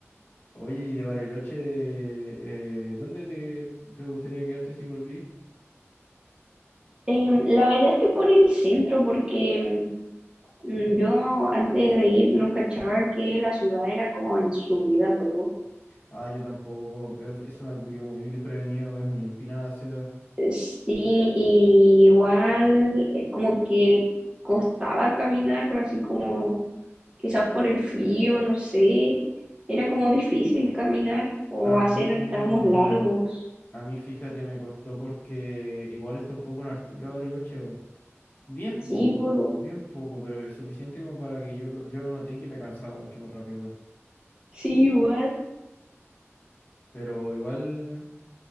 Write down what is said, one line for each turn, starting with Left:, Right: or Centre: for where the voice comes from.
Left: Oye, y de Bariloche, eh, ¿dónde te, te gustaría quedarte si volví?
Right: Em, la verdad es que por el centro, porque mm, yo antes de ir no cachaba que la ciudad era como en subida todo.
Left: Ah, yo tampoco. eh, Eso me vivió muy desprevenido, es muy empinada la ciudad.
Right: Eh, Sí, y igual eh, como que costaba caminar, así como quizás por el frío, no sé, era como difícil caminar o
Left: A mí.
Right: hacer tramos largos.
Left: A mí, fíjate, me costó porque igual está un poco en altura Bariloche, weón. Bien
Right: Sí,
Left: poco,
Right: pues,
Left: bien poco, pero suficiente como para que yo, lo- yo no noté que me cansaba mucho más rápido, weón.
Right: sí, igual.
Left: Pero igual,